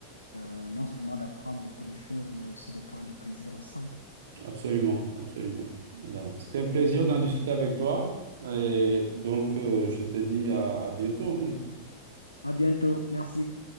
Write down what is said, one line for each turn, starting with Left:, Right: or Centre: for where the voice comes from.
Left: euh, non seulement d'apprendre beaucoup de choses, mais aussi de prendre du plaisir ensemble.
Right: absolument, absolument. Voilà. C'était un plaisir d'en discuter avec toi et donc euh, je te dis à à bientôt.
Left: À bientôt, merci.